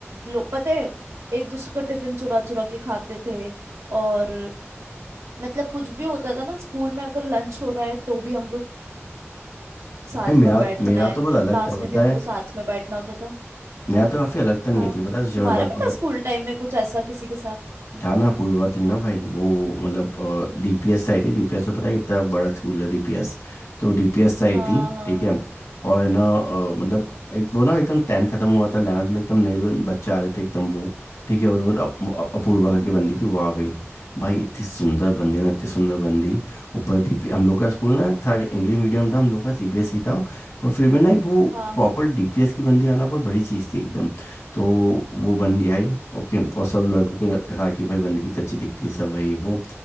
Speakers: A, on the right (about 80°); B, on the left (about 80°).
A: लो, पता है एक दूसरे का टिफिन चुरा चुरा के खाते थे और मतलब कुछ भी होता था ना स्कूल में अगर लंच हो रहा है तो भी हमको साथ
B: नहीं, मेरा
A: में बैठना
B: मेरा
A: है
B: तो बहुत अलग
A: क्लास
B: था
A: में
B: पता
A: भी हमको
B: है
A: साथ में बैठना होता था
B: मेरा तो काफी अलग था नहीं
A: हाँ
B: थी पता है जो
A: तुम्हारा
B: मतलब
A: भी था स्कूल टाइम में कुछ ऐसा किसी के साथ
B: था पूर्वा थी ना भाई वो मतलब डीपीएस आई थी डीपीएस तो पता है कितना बड़ा स्कूल है डीपीएस तो डीपीएस आई
A: हाँ
B: थी
A: हाँ
B: ठीक
A: हाँ
B: है और है ना अ, मतलब एक वो ना एकदम टेंथ खत्म हुआ था 11th में एकदम नए लोग बच्चे आ रहे थे एकदम वो ठीक है और वो अप, अ- अपूर्वा
A: हम्म
B: करके
A: हम्म
B: बंदी
A: हम्म
B: थी वो आ गई भाई इतनी सुंदर बंदी ना इतनी सुंदर बंदी ऊपर डीपी हम लोग का स्कूल ना था इंग्लिश मीडियम था हम लोग का सीबीएसई था पर फिर भी ना एक वो
A: हाँ
B: प्रॉपर
A: हाँ
B: डीपीएस की बंदी आना बहुत बड़ी चीज़ थी एकदम तो वो बंदी आई ओके और सब लड़कों के न- था कि भाई बंदी कितनी अच्छी दिखती है सब है ये वो